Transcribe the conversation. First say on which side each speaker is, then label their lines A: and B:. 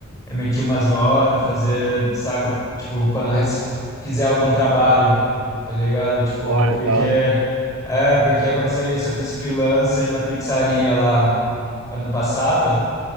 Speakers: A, on the left; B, on the right.
A: emitir umas notas, fazer, saca? Tipo, quando eu res- fizer algum trabalho, tá ligado? Tipo,
B: fora
A: porque.
B: e tal, né?
A: É, porque aconteceu isso. Eu fiz freelancer na pizzaria lá ano passado.